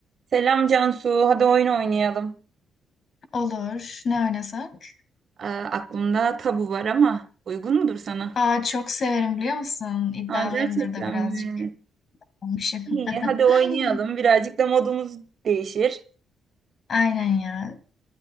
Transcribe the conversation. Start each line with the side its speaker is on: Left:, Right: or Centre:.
Right: Selam Cansu, hadi oyun oynayalım.
Left: Olur. Ne oynasak?
Right: Aa, aklımda tabu var ama uygun mudur sana?
Left: Aa çok severim biliyor musun? İddialıyımdır
Right: Aa, gerçekten
Left: da birazcık
Right: mi?
Left: olmuşum.
Right: İyi, hadi
Left: <laughs>
Right: oynayalım. Birazcık da modumuz değişir.
Left: Aynen ya.